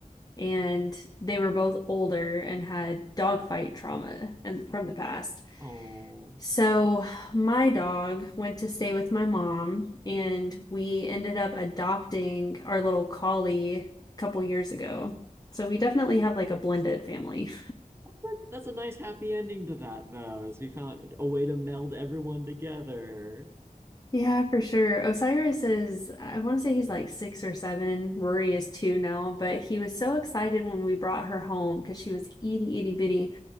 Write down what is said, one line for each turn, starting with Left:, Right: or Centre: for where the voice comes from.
Left: And they were both older and had dog fight trauma and from the past.
Right: Oh,
Left: So my dog went to stay with my mom, and we ended up adopting our little collie a couple years ago. So we definitely have like a blended family.
Right: that, that's a nice happy ending to that, though, is we found a way to meld everyone together.
Left: Yeah, for sure. Osiris is, I want to say he's like six or seven. Rory is two now, but he was so excited when we brought her home because she was itty itty bitty.